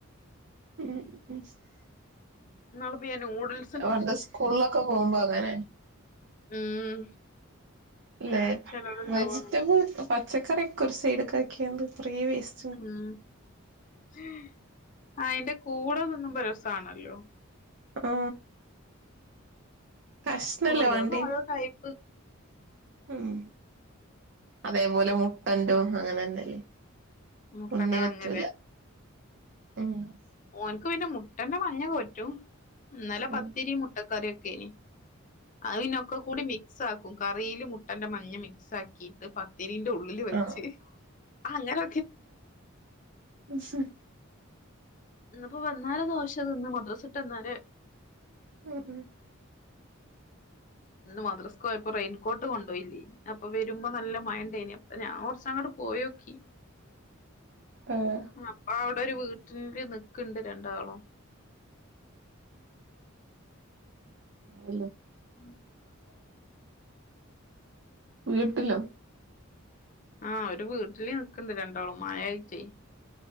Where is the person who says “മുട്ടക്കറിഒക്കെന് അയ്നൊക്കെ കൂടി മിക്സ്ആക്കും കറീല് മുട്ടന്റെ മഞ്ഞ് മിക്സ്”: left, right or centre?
Left